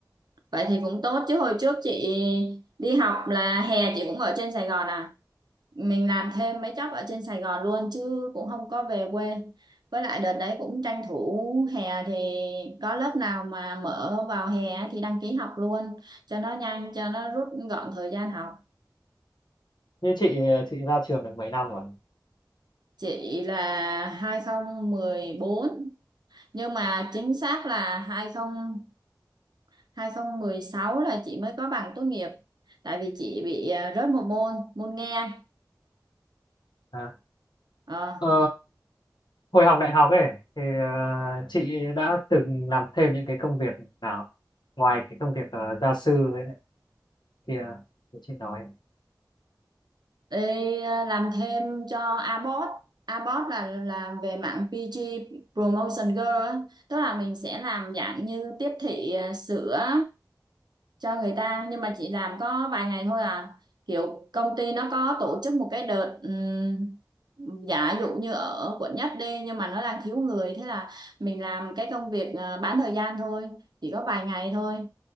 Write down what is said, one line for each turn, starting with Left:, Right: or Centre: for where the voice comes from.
Right: Vậy thì cũng tốt chứ hồi trước chị đi học là hè chị cũng ở trên Sài Gòn à mình làm thêm mấy job ở trên Sài Gòn luôn chứ cũng không có về quê với lại đợt đấy cũng tranh thủ hè thì có lớp nào mà mở vào hè á thì đăng ký học luôn cho nó nhanh cho nó rút gọn thời gian học
Left: như chị chị ra trường được mấy năm rồi
Right: chị là hai không một bốn nhưng mà chính xác là 20 2016 là chị mới có bằng tốt nghiệp tại vì chị bị à, rớt một môn môn nghe
Left: à.
Right: ờ,
Left: ờ, hồi học đại học ấy thì ờ, chị đã từng làm thêm những cái công việc nào ngoài cái công việc ờ, gia sư với lại kia thì chị nói
Right: đi à, làm thêm cho Abot Abot là làm về mạng PG Promotion Girl á. tức là mình sẽ làm dạng như tiếp thị à, sữa cho người ta nhưng mà chị làm có vài ngày thôi à kiểu công ty nó có tổ chức một cái đợt ừm, giả dụ như ở quận nhất đi nhưng mà nó đang thiếu người thế là mình làm cái công việc ờ, bán thời gian thôi chỉ có vài ngày thôi